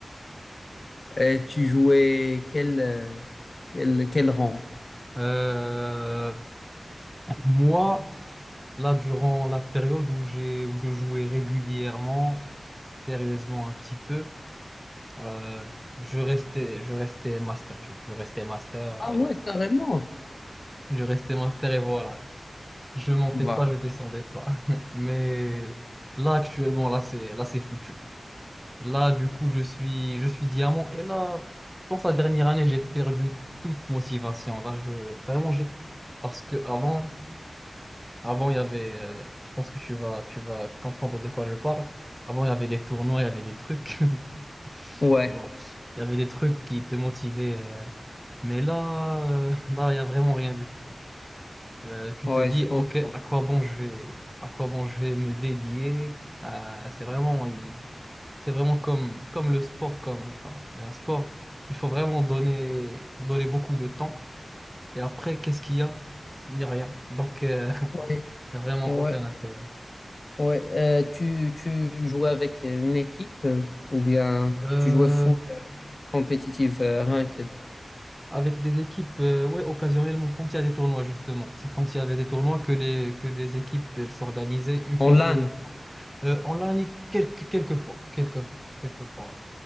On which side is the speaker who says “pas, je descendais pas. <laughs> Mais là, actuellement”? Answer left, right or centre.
Centre